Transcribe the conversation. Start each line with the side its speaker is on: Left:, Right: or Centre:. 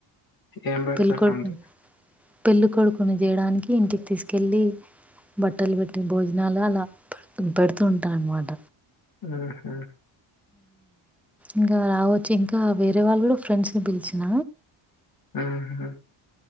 Left: ఏం పెడతారండి
Centre: పెళ్ళికొడుకు పెళ్ళికొడుకు కుని చేయడానికి ఇంటికి తీసుకెళ్ళి బట్టలు పెట్టి భోజనాలు అలా పె పెడుతు ఉంటారు అన్మాట.
Left: ఆహ్
Centre: ఇంకా రావచ్చు ఇంకా వేరే వాళ్ళు కూడా ఫ్రెండ్స్ని పిలిచిన.
Left: ఉహ్